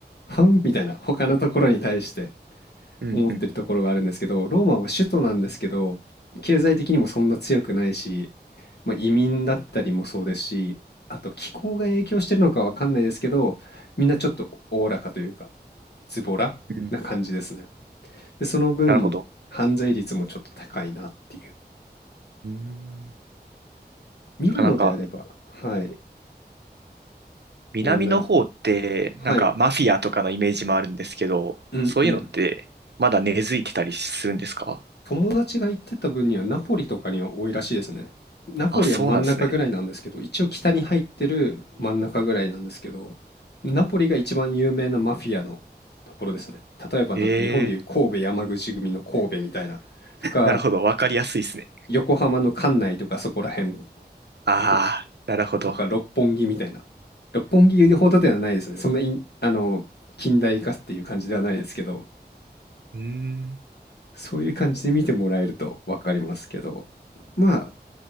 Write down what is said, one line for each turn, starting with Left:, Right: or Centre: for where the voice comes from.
Left: ふんみたいな、他のところに対して
Right: うんうん。
Left: 思ってるところがあるんですけど、ローマは首都なんですけど、経済的にもそんな強くないし、まあ、移民だったりもそうですし、あと気候が影響してるのかわかんないですけど、みんなちょっとおおらかというか、ズボラな感じですね。
Right: うん
Left: で、その分、
Right: なるほど。
Left: 犯罪率もちょっと高いなっていう。
Right: うん
Left: ミラノであれば、
Right: なかなか
Left: はい、
Right: 南の方って、
Left: 問題は、はい、
Right: なんかマフィアとかのイメージもあるんですけど、
Left: うんうん
Right: そういうのってまだ根付いてたりするんですか
Left: 友達が行ってた分にはナポリとかには多いらしいですね。ナポリは真ん中ぐらいなんですけど、
Right: あ、そうなんですね。
Left: 一応北に入ってる真ん中ぐらいなんですけど、ナポリが一番有名なマフィアのところですね。例えばなんか日本でいう神戸山口組の神戸みたいな、
Right: ええ、
Left: とか
Right: なるほど。わかりやすいですね。
Left: 横浜の関内とかそこら辺
Right: ああ、
Left: とか、
Right: なるほど。
Left: とか六本木みたいな。六本木ほどではないですね。そんなインあの近代化っていう感じではないですけど、
Right: うーん。
Left: そういう感じで見てもらえると分かりますけど、まあ、